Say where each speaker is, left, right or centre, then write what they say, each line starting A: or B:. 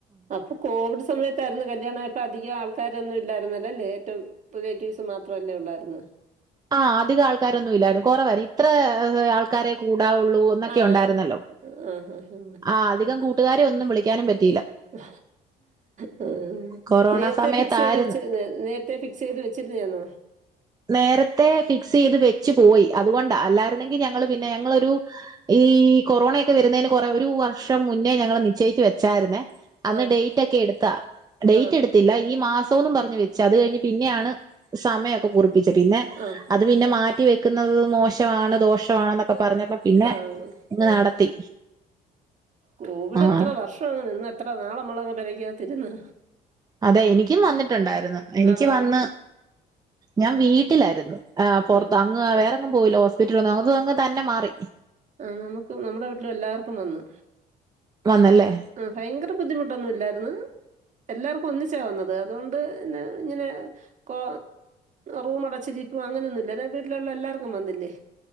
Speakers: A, on the right (about 45°); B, on the right (about 20°).
A: അപ്പൊ കോവിഡ്സ സമയത്തായിരുന്നു കല്ല്യാണംആപ്പം അധികം ആൾക്കാരൊന്നും ഇല്ലായിുന്നല്ലല്ലേ ഏറ്റവും റിലേറ്റീവ്സ് മാത്രല്ലേ ഉള്ളായിരുന്നു.
B: ആ അധിക ആൾക്കാരൊന്നും ഇല്ലായിരുന്നു കൊറവായിരുന്നു ഇത്ര ആ ആൾക്കാരെ കൂ ഒള്ളൂ എന്നൊക്കെ
A: ആഹ്
B: ഉണ്ടായിരുന്നല്ലോ
A: ആഹ് ആഹ്
B: ആ അധികം കൂട്ടുകാരെ ഒന്നും വിളിക്കാനും പറ്റി
A: ആ ഹെ
B: കൊറോണ
A: നേരത്തെ
B: സമയത്തായിരുന്നു.
A: ഫിക്സ് ചെയ്ത് വെച്ച് നേരത്തെ ഫിക്സ് ചെയ്ത് വെച്ച്. ഫ്രീയാണോ.
B: നേരത്തെ ഫിക്സ് ചെയ്ത് വെച്ച് പോയി അതുകൊണ്ട അല്ലായിരുന്നെങ്കിൽ ഞങ്ങൾ പിന്നെ ഞങ്ങളൊരു ഈ കൊറോണെ. <unintelligible> കുറേ ഒരു വർഷം മുന്നേ ഞങ്ങൾ നിശ്ചയിച്ച് വെച്ചായിരുന്നേ. അന്ന്
A: ആഹ്
B: ഡേറ്റ് ഒക്കെ എടുത്താ ഡേറ്റ്
A: ആഹ്
B: എടുത്തില്ല ഈ മാസം. തും പറഞ്ഞ് വെച്ചത് അത്കഴിഞ്ഞ് പിന്നെയാണ് സമയമൊക്കെ കുറിപ്പിച്ചത് പിന്നെ
A: ആഹ്
B: അത് പിന്നെ മാറ്റി വെ നിക്കുന്നത് മോശമാണ് ദോഷമാണ് എന്നൊക്കെ പറഞ്ഞപ്പോ പിന്നെ
A: ആഹ്
B: ഇങ്ങ് നടത്തി.
A: കോവിഡ്
B: ആഹ്
A: എത്ര വർഷം അങ്ങ് നിന്ന് എത്ര നാള് നമ്മളങ്ങ് പരയ്ക്കതിരുന്ന്.
B: അതെ എനിക്കും വന്നിട്ടുണ്ടായിരുന്നു എനിക്ക്
A: ആണോ
B: വന്ന്
A: നമുക്ക്
B: ഞാൻ വീട്ടിലായിരുന്നു. ആ പുറത്ത്
A: ആഹ്
B: അങ് വേറെങ്ങ് പോയില്ല ഹോസ്പിറ്റലിലേന്നും അത് അങ്ങ് തന്നെ മാറി.
A: ആ നമുക്കും നമ്മടെ വീട്ടില എല്ലർക്കും വന്ന്.
B: വന്നല്ലേ
A: പ ആഹ് ഭയങ്കര ബുദ്ധിമുട്ടൊന്നുല്ലായിരുന്ന്. എല്ലാർക്കും ഒന്നിച്ച വന്നത് അതോണ്ട ന്നെ ഇങ്ങനെ കോ റൂമ അടച്ച് ജീ ഇപ്പ അങ്ങനൊന്നുല്ല വീട്ടിലുള്ള എല്ലാർക്കും വന്നില്ലേ?